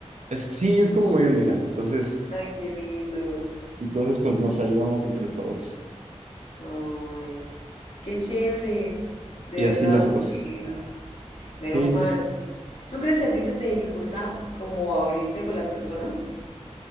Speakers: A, on the right (about 80°); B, on the left (about 80°).
A: es, sí, es como muy unida. Entonces,
B: Ay, qué lindo.
A: entonces pues nos ayudamos entre todos.
B: Ay, qué chévere. De
A: Y así
B: verdad,
A: las
B: porque...
A: cosas.
B: ah, Menos
A: Sí,
B: mal.
A: sí, sí.
B: ¿Tú crees que a ti se te dificulta como abrirte con las personas?